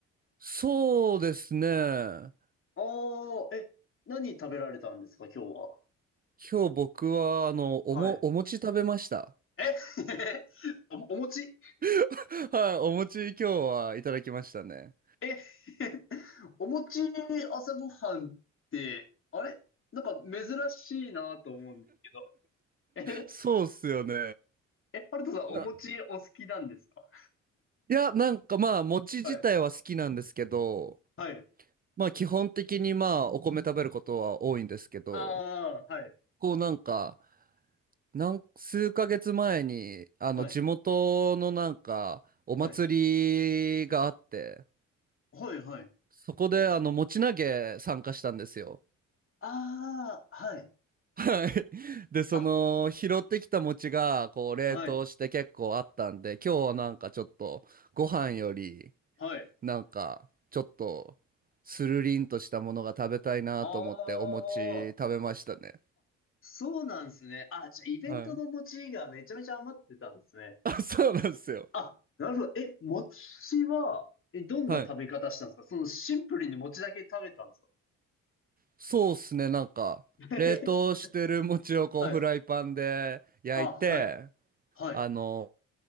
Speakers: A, on the right; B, on the left.
A: そうですね。今
B: あー、え、何食べられたんですか、今日は。
A: 日僕は、あの、
B: はい。
A: おも、お餅食べました。
B: え <laughs> お、お餅
A: <laughs> はい。お餅今日はいただきましたね。
B: え <laughs> お餅朝ごはんって、あれなんか珍しいなと思うんですけど。え、
A: そうっすよね。
B: え、ハルトさん、
A: な、
B: お餅お好きなんですか
A: いや、なんかまあ、餅自体は好きなんですけど、
B: はい。はい。
A: まあ、基本的にまあ、お米食べることは多いんですけど、
B: ああ、はい、
A: こうなんか、なん数ヶ月前に、あの、
B: はい、
A: 地元のなんか、お祭りがあって、
B: はい、はい、はい。
A: そこであの餅投げ参加したんですよ。
B: ああ、はい、
A: はい。で、その拾ってきた餅がこう冷凍して結構あったんで、
B: あ、はい、
A: 今日はなんかちょっとご飯より
B: はい。
A: なんかちょっとスルリンとしたものが食べたいなと思ってお餅食べましたね。
B: ああ、そうなんですね。あ、じゃあ、イベントの餅がめちゃめちゃ余ってたんですね。
A: はい。あ、そうなんですよ。
B: あ、なるほど。え、餅は、え、どんな食べ方したんですかそのシンプルに餅だけ食べたんですか
A: はい。そうっすね。なんか冷凍してる餅をこうフライパンで焼いて、
B: <laughs> はい。あ、はい、はい。
A: あの、